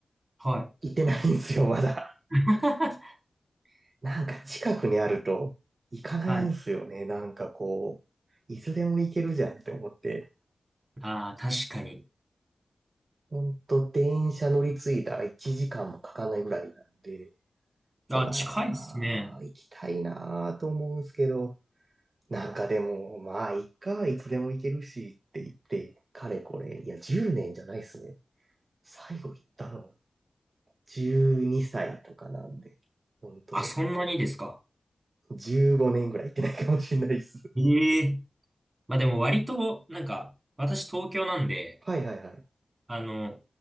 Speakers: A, on the right; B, on the right.
A: はい。
B: 行ってないんですよ、まだ。
A: <laughs>
B: <laughs> なんか近くにあると、行かないんですよね。
A: はい。
B: なんかこう、いつでも行けるじゃんって思って。
A: ああ、確かに。
B: ほんと、電車乗り継いだ1時間もかかないぐらいなんで、
A: あ、
B: わー、
A: 近いですね。
B: 行きたいなーと思うんですけど、なんかでも、まあ、いっか、いつでも行けるしって言って、かれこれ、いや、10年じゃないっすね。最後行ったの、12歳とかなんで、本当
A: あ、そんなにですか。
B: 15年ぐらい行ってないかもしれないです。
A: ええ。まあでも割と、なんか、私東京なんで、
B: <laughs> はいはいはい。
A: あの、